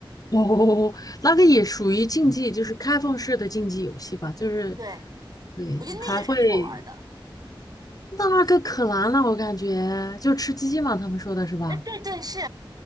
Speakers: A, on the left; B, on the right.
A: 哦，<laughs> 那个也属于竞技，就是开放式的竞技游戏吧，就是
B: 对
A: 对，
B: 我觉得那个是好玩的。
A: 还会那个可难了，我感觉就吃鸡嘛，他们说的是吧？
B: 哎，对对是，